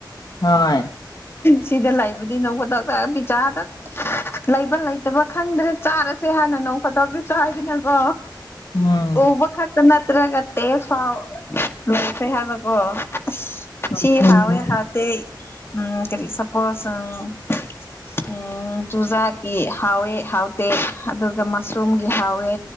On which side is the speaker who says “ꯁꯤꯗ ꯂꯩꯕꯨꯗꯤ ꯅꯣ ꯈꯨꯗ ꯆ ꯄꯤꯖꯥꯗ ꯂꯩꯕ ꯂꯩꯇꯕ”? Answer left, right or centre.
Left